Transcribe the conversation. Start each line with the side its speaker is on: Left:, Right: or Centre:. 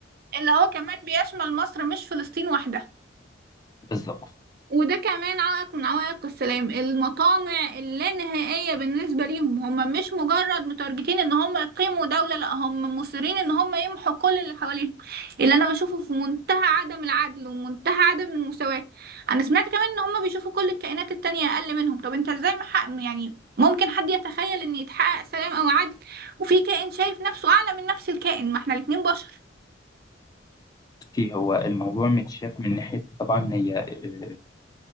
Right: اللي هو كمان بيشمل مصر مش فلسطين وحدها
Left: بالظبط
Right: وده كمان عائق من عوائق السلام المطامع اللانهائية بالنسبة ليهم هم مش مجرد متارجتين ان هم يقيموا دولة لا هم مصرين ان هم يمحوا كل اللي حواليهم اللي انا بشوفه في منتهى عدم العدل ومنتهى عدم المساواة انا سمعت كمان ان هم بيشوفوا كل الكائنات التانية اقل منهم طب انت ازاي محقق يعني ممكن حد يتخيل ان يتحقق سلام او عدل وفي كائن شايف نفسه اعلى من نفس الكائن ما احنا الاتنين بشر
Left: بصي هو الموضوع متشاف من ناحية طبعا هي آه،